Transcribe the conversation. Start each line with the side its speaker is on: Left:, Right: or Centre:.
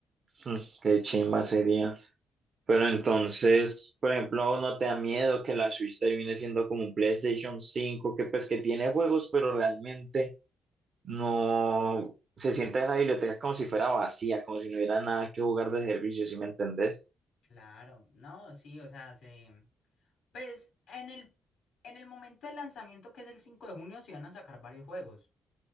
Right: mm, qué chimba sería. Pero entonces, por ejemplo, ¿no te da miedo que la Switch termine siendo como un PlayStation cinco que pues que tiene juegos, pero realmente no se sienta en la biblioteca como si fuera vacía, como si no hubiera nada que jugar de servicio, si me entendés?
Left: Claro, no, sí, o sea, se Pues en el, en el momento del lanzamiento, que es el 5 de junio, se van a sacar varios juegos.